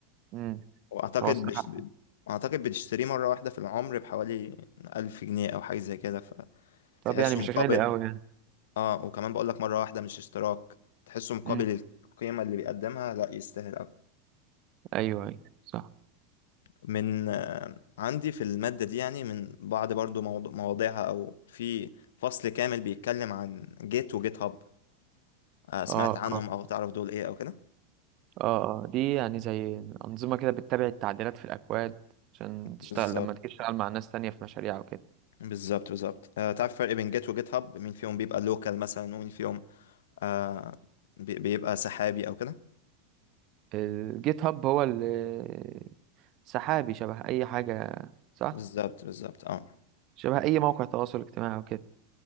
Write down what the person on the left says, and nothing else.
واعتقد
بش... ب- اعتقد بتشتريه مرة واحدة في العمر بحوالي 1000 جنيه او حاجة زي كده
فتحسه
مقابل
اه وكمان بقول لك مرة واحدة مش اشتراك تحسه مقابل
القيمة اللي بيقدمها لا يستاهل أوي
من عندي في المادة دي يعني من بعض برضو موض- مواضيعها أو في فصل كامل بيتكلم عن جيت وجيت هاب آه، سمعت
عنهم
أو تعرف دول إيه أو كده
بالظبط
بالظبط بالظبط آه، تعرف الفرق بين جيت وجيت هاب مين فيهم بيبقى لوكال مثلا ومين فيهم آه بي- بيبقى سحابي أو كده
بالظبط بالظبط اه